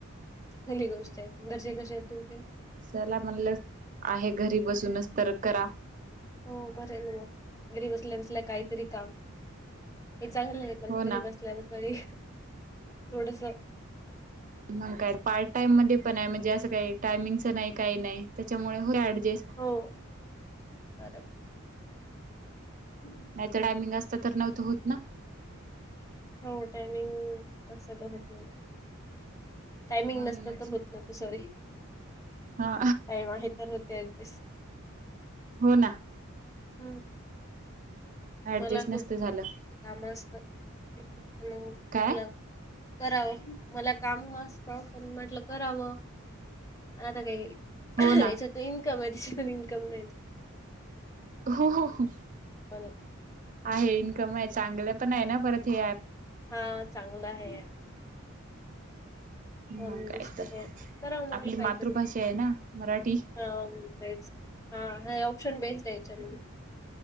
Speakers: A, on the left; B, on the right.
A: चांगली गोष्ट आहे. घरचे कशे आहेत तुमचे?
B: चला म्हणल आहे घरी बसूनच तर करा.
A: हो बरय ना मग घरी बसल्या बसल्या काहीतरी काम हे चांगलय. घरी
B: हो ना
A: बसल्या बसल्या ही थोडस.
B: मग काय पार्ट टाइम मध्ये पण आहे म्हणजे अस काही टायमिंगच नाही काही नाही तेच्यामुळ होतय ऍडजेस्ट.
A: हो बरंय. <inaudible>
B: नाहीतर टायमिंग असत तर नव्हत होत ना.
A: हो टायमिंग असत होत नाही टायमिंग
B: म्हणूनच
A: नसत तर होत <unintelligible> सॉरी
B: हा
A: टाईम आहे तर होते अदीच
B: हो ना.
A: हम्म
B: ऍडजस्ट
A: मला खूप
B: नसत झालं
A: काम असतात म्हटल
B: काय
A: कराव मला काम आसत पण म्हटल कराव. आता काही
B: हो ना
A: याच्यात इन्कम आहे त्याचावर इन्कम नाही.
B: हो हो हो
A: <unintelligible>
B: आहे इन्कम आहे चांगल पण आहे ना परत हे ॲप.
A: हां चांगलं आहे ॲप. पण
B: मग काय
A: दुसरं
B: तर
A: करावं म्हटलं
B: आपली
A: काहीतरी
B: मातृभाषा आहे ना मराठी
A: हा तेच हा हे ऑप्शन बेस्ट आहे यांच्यामध्ये.